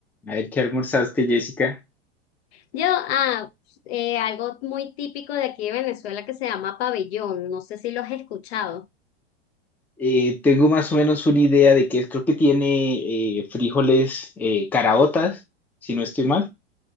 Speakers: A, in the centre; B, on the left.
A: A ver, ¿qué almorzaste, Jessica?
B: Yo, ah, eh, algo muy típico de aquí de Venezuela que se llama pabellón, no sé si lo has escuchado.
A: Eh, tengo más o menos una idea de que es. Creo que tiene eh, frijoles, eh, caraotas, si no estoy mal.